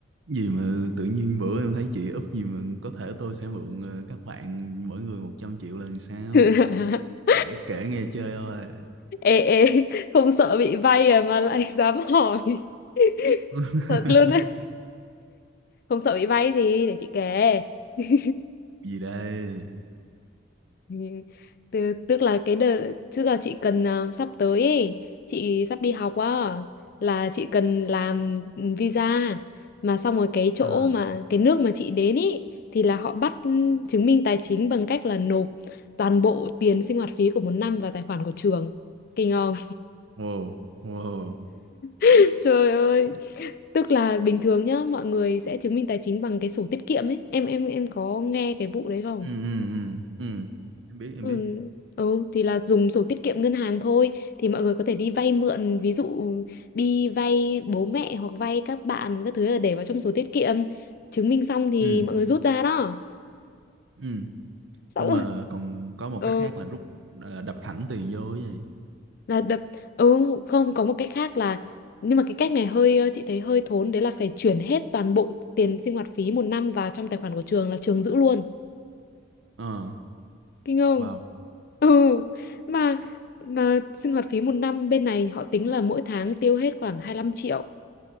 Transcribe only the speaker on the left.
<laughs> ê
ê không sợ bị vay à mà lại dám hỏi <laughs>
thật luôn đấy không sợ bị vay gì để chị kể <laughs>
Thì- Tức tức là cái đợt tức là chị cần à, sắp tới ấy, chị sắp đi học á là chị cần làm ừ, visa mà xong rồi cái chỗ
mà cái nước mà chị đến ấy thì là họ bắt ừ, chứng minh tài chính bằng cách là nộp toàn bộ tiền sinh hoạt phí của một năm vào tài khoản của trường. Kinh không?
<laughs> Trời ơi.
Tức là bình thường nhá, mọi người sẽ chứng minh tài chính bằng cái sổ tiết kiệm ấy. Em em em có nghe cái vụ đấy không?
Ừ,
ừ thì là dùng sổ tiết kiệm ngân hàng thôi thì mọi người có thể đi vay mượn ví dụ đi vay bố mẹ hoặc vay các bạn các thứ là để vào trong sổ tiết kiệm chứng minh xong thì
mọi người rút ra đó
xong
rồi
ừ
là đập ừ không có một cách khác là nhưng mà cái cách này hơi ờ, chị thấy hơi thốn đấy là phải chuyển hết toàn bộ tiền sinh hoạt phí một năm vào trong tài khoản của trường là trường giữ luôn
kinh không
ừ mà mà sinh hoạt phí một năm bên này họ tính là mỗi tháng tiêu hết khoảng 25 triệu